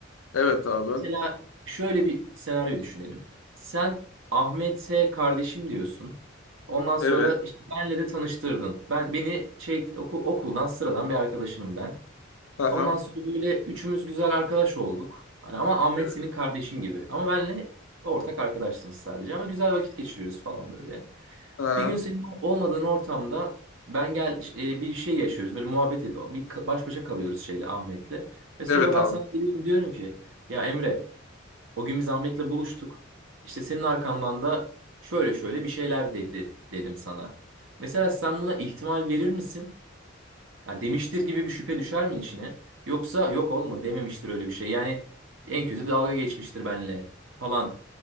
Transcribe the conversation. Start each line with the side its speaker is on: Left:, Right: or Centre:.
Left: evet abi.
Right: Mesela şöyle bir senaryo düşünelim. Sen Ahmet'e kardeşim diyorsun. Ondan sonra
Left: Evet.
Right: işte benle de tanıştırdın. Ben beni şey oku- okuldan sıradan bir arkadaşınım ben.
Left: Aha.
Right: Ondan sonra böyle üçümüz güzel arkadaş olduk. Hani ama Ahmet
Left: Evet.
Right: senin kardeşin gibi. Ama benle ortak arkadaşsınız sadece. Ama güzel vakit geçiriyoruz falan böyle.
Left: Aha.
Right: Bir gün senin ol- olmadığın ortamda ben gel e, bir şey yaşıyoruz. Böyle muhabbet ediyor. Bir ka- baş başa kalıyoruz şeyle Ahmet'le. Ve sonra
Left: Evet
Right: ben
Left: abi.
Right: sana geliyorum diyorum ki ya Emre o gün biz Ahmet'le buluştuk. İşte senin arkandan da şöyle şöyle bir şeyler dedi dedim sana. Mesela sen buna ihtimal verir misin? Ha, demiştir gibi bir şüphe düşer mi içine? Yoksa yok oğlum o dememiştir öyle bir şey. Yani en kötü dalga geçmiştir benle falan